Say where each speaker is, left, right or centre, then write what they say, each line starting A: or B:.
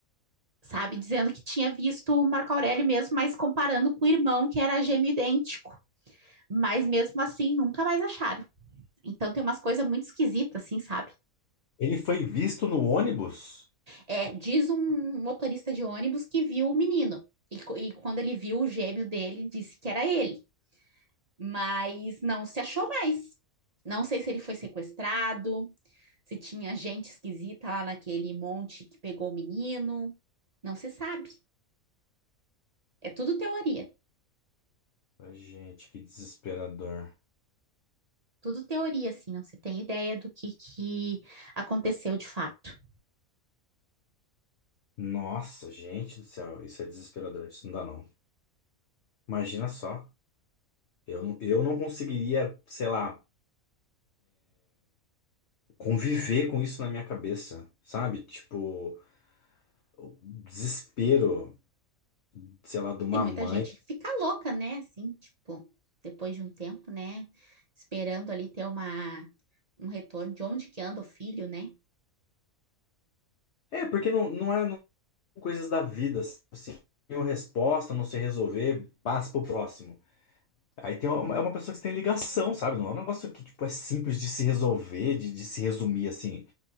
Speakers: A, on the right (about 35°); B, on the left (about 55°).
A: sabe? Dizendo que tinha visto o Marco Aurélio mesmo, mas comparando com o irmão, que era gêmeo idêntico. Mas mesmo assim, nunca mais acharam. Então tem umas coisas muito esquisitas, assim, sabe?
B: Ele foi visto no ônibus?
A: É, diz um motorista de ônibus que viu o menino. E, co- e quando ele viu o gêmeo dele, disse que era ele. Mas não se achou mais. Não sei se ele foi sequestrado, se tinha gente esquisita lá naquele monte que pegou o menino. Não se sabe. É tudo teoria.
B: Ai, Gente, que desesperador.
A: Tudo teoria, assim, não se tem ideia do que, que aconteceu de fato.
B: Nossa, gente do céu, isso é desesperador, isso não dá não. Imagina só, eu, eu não conseguiria, sei lá, conviver com isso na minha cabeça, sabe? Tipo, o desespero, sei lá, de uma
A: tem muita
B: mãe.
A: gente que fica louca, né? Assim, tipo, depois de um tempo, né? Esperando ali ter uma, um retorno de onde que anda o filho, né?
B: É, porque não, não é. coisas da vida, assim, não tem uma resposta, não sei resolver, passa pro próximo. Aí tem uma, é uma pessoa que você tem ligação, sabe? Não é um negócio que, tipo, é simples de se resolver, de, de se resumir, assim.